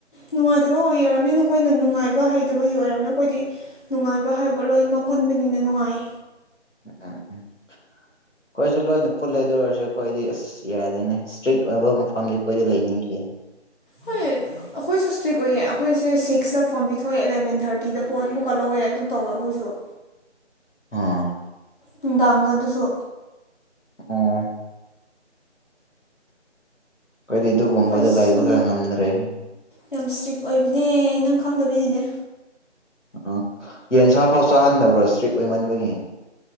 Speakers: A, on the left (about 45°); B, on the left (about 80°).
A: ꯅꯨꯡꯉꯥꯏꯇꯕ ꯑꯣꯏꯔꯕꯔꯕꯅꯤ ꯅꯈꯣꯏꯅ ꯅꯨꯡꯉꯥꯏꯕ ꯍꯩꯇꯕꯒꯤ ꯑꯣꯏꯔꯕꯅꯤ ꯑꯩꯈꯣꯏꯗꯤ ꯅꯨꯡꯉꯥꯏꯕ ꯍꯥꯏꯕ ꯂꯣꯏꯅꯃꯛ ꯄꯨꯟꯕꯅꯤꯅ ꯅꯨꯡꯉꯥꯏ
B: ꯎꯝ ꯎꯝ ꯑꯩꯈꯣꯏꯁꯨ ꯂꯣꯏꯅ ꯄꯨꯜꯂꯦ ꯑꯗꯨ ꯑꯣꯏꯔꯁꯨ ꯑꯩꯈꯣꯏꯗꯤ ꯑꯁ ꯌꯥꯔꯗꯦꯅꯦ ꯏꯁꯇ꯭ꯔꯤꯛ ꯑꯣꯏꯕ ꯃꯐꯝꯗꯤ ꯑꯩꯈꯣꯏꯗ ꯂꯩꯅꯤꯡꯗꯦꯅꯦ
A: ꯍꯣꯏ ꯑꯩꯈꯣꯏꯁꯨ ꯏꯁꯇ꯭ꯔꯤꯛ ꯑꯣꯏꯌꯦ ꯑꯩꯈꯣꯏꯁꯦ ꯁꯤꯛꯁꯇ ꯐꯣꯟ ꯄꯤꯊꯣꯛꯑꯦ ꯑꯦꯂꯕꯦꯟ ꯊꯥꯔꯇꯤꯗ ꯄꯣꯟ ꯑꯃꯨꯛ ꯀꯜꯍꯧꯋꯦ ꯑꯗꯨꯝ ꯇꯧꯋꯦ ꯑꯩꯈꯣꯏꯁꯨ
B: ꯑ
A: ꯅꯨꯡꯗꯥꯡꯗꯣ ꯑꯗꯨꯁꯨ
B: ꯑꯣ ꯑꯩꯈꯣꯏꯗꯤ ꯑꯗꯨꯒꯨꯝꯕꯗ
A: ꯑꯩꯈꯣꯏꯁꯨ
B: ꯂꯩꯕꯒ ꯉꯝꯗꯔꯦ
A: ꯌꯥꯝ ꯏꯁꯇ꯭ꯔꯤꯛ ꯑꯣꯏꯕꯅꯦ ꯅꯪ ꯈꯪꯗꯕꯤꯗꯤꯅꯦ
B: ꯎꯝ ꯌꯦꯟꯁꯥ ꯐꯥꯎ ꯆꯥꯍꯟꯗꯕ꯭ꯔꯣ ꯏꯁꯇ꯭ꯔꯤꯛ ꯑꯣꯏꯃꯟꯕꯒꯤ